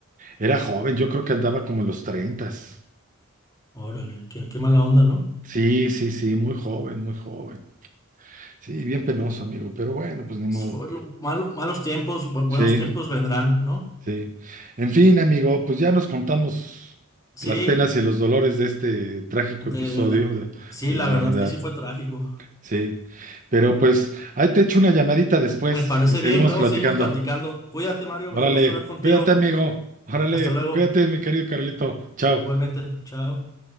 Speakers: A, on the right; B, on the left.
A: Era joven, yo creo que andaba como en los treintas.
B: Órale, qué, qué mala onda, ¿no?
A: Sí, sí, sí, muy joven, muy joven. Sí, bien penoso, amigo, pero bueno, pues ni modo.
B: Fue lo- malo- malos tiempos, bu-
A: Sí,
B: buenos tiempos vendrán, ¿no?
A: sí. En fin, amigo, pues ya nos contamos las
B: Sí,
A: penas y los dolores de este trágico
B: de,
A: episodio
B: de la,
A: de,
B: sí,
A: de
B: la
A: la humanidad.
B: verdad que sí fue trágico.
A: Sí, pero pues ahí te echo una llamadita después
B: Me parece
A: y seguimos
B: bien, luego
A: platicando.
B: seguimos platicando. Cuídate, Mario,
A: Órale,
B: me dio gusto hablar contigo.
A: cuídate, amigo. Órale,
B: Hasta luego,
A: cuídate, mi querido Carlito. Chao.
B: igualmente, chao.